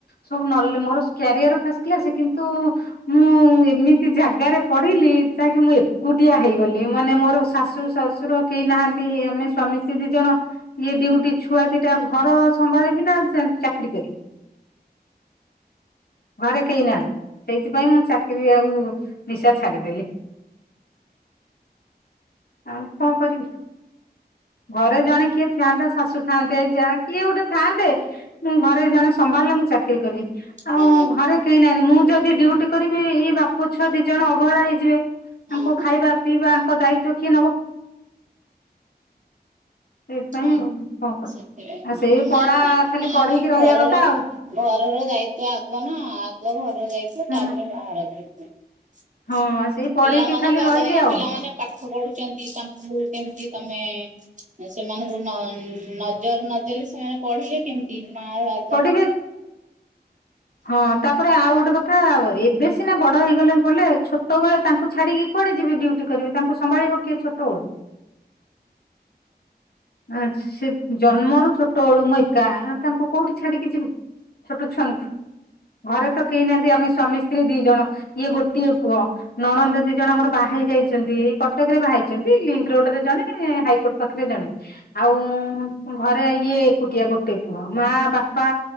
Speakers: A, on the left; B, on the right.
A: ସବୁ ନହେଲେ ମୋର ସ କ୍ୟାରିୟର ଫାସ କ୍ଲାସେ କିନ୍ତୁ ମୁଁ ଏମିତି ଜାଗାରେ ପଢିଲି ଯାହାକି ମୁଁ ଏ କୁଟିଆ ହେଇଗଲି ମାନେ ମୋର ଶାଶୁ ଶଶୁର କେହି ନାହାଁନ୍ତି ଆମେ ସ୍ୱାମୀ ସ୍ତ୍ରୀ ଦି ଜଣ ଇଏ ଡିଉଟି ଛୁଆ ଦିଟା ଘର ସମ୍ଭାଳିବି ନା ସେ ଚାକିରୀ କରିବି? ଘରେ କେହି ନାହାଁନ୍ତି ସେଇଥିପାଇଁ ମୁଁ ଚାକିରି ଆଉ ନିଶା ଛାଡିଦେଲି। ଆଉ କଣ କରିବି। ଘରେ ଜଣେ କିଏ ଥ୍ୟାଆନ୍ତା ଶାଶୁ ଥାଆନ୍ତେ ଯା କିଏ ଗୋଟେ ଥାଆନ୍ତେ ମୋ ଘରେ ଜଣେ ସମ୍ଭାଳିଲେ ମୁଁ ଚାକିରି କଲି। ଆଉ
B: ହଁ
A: ଘରେ କେହି ନାହାଁନ୍ତି ମୁଁ ଯଦି ଡିଉଟି କରିବି ଇଏ ବାପ ଛୁଆ ଦି ଜଣ ଅବହେଳା ହେଇଯିବେ।
B: ହଁ
A: ତାଙ୍କୁ
B: ହଁ
A: ଖାଇବା ପିଇବା ୟାଙ୍କ ଦାୟିତ୍ଵ କିଏ ନବ? ସେଇଥିପାଇଁ
B: ହଁ
A: ଆଉ କଣ କରିବି
B: ସେଥିପାଇଁ
A: ଆଉ
B: ହଁ
A: ସେଇ ପଢା
B: ନାଇଁ
A: ଖାଲି ପଢିକି
B: ନାଇଁ
A: ରହିବା
B: ଘରର
A: କଥା ଆଉ।
B: ଘରର ଦାୟିତ୍ଵ ଆଗ ନା ଆଗ ଘରର ଦାୟିତ୍ଵ
A: ହୁଁ
B: ତାପରେ ବାହାର ଦାୟିତ୍ବ।
A: ହଁ ସେଇ ପଢେଇକି
B: ପିଲାମାନଙ୍କୁ
A: ଖାଲି
B: ଆଗ
A: ରହିଲେ
B: ଦେଖିବା
A: ଆଉ
B: ପିଲାମାନେ ପାଠ ପଢୁଛନ୍ତି ତାଙ୍କୁ କେମିତି ତମେ ସେମାନଙ୍କୁ ନ ନଜର ନଦେଲେ ସେମାନେ ପଢ଼ିବେ କେମିତି ମା ଆ
A: ପଢିବେ ହଁ ତାପରେ ଆଉ ଗୋଟେ କଥା ଏବେ ସିନା ବଡ ହେଇଗଲେଣି ପଲେ ଛୋଟ ବେଳେ ତାଙ୍କୁ ଛାଡିକି କୁଆଡେ ଯିବି ଡ୍ୟୁଟି କରିବେ ତାଙ୍କୁ ସମ୍ଭାଳିବ କିଏ ଛୋଟଳୁ? ଆ ସେ ଜନ୍ମରୁ ଛୋଟ ବଳୁ ମୁଁ ଏକା ଆ ତାଙ୍କୁ କୋଉଠି ଛାଡିକି ଯିବି ଛୋଟ ଛୁଆଙ୍କୁ ଘରେ ତ କେହି ନାହାଁନ୍ତି ଆମେ ସ୍ୱାମୀ ସ୍ତ୍ରୀ ଦି ଜଣ ଇଏ ଗୋଟିଏ ପୁଅ। ନଣନ୍ଦ ଦି ଜଣ ଆମର ବାହାଇ ଯାଇଛନ୍ତି ଏଇ କଟକ ରେ ବାହାଇଛନ୍ତି ଲିଙ୍କ ରୋଡ ରେ ଜଣେ ହାଇକୋର୍ଟ ପାଖରେ ଜଣେ। ଆଉ ଘରେ ଇଏ ଏକୁଟିଆ ଗୋଟେ ପୁଅ। ମା ବାପା